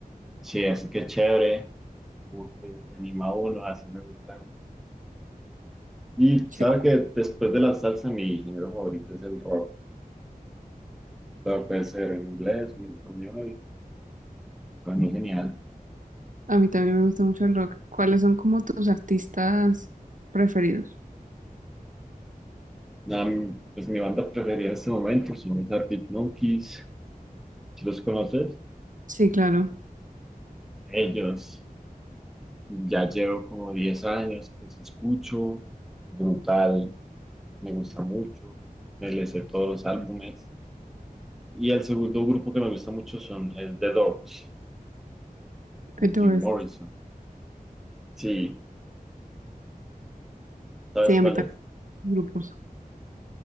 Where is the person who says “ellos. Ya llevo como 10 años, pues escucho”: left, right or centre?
Centre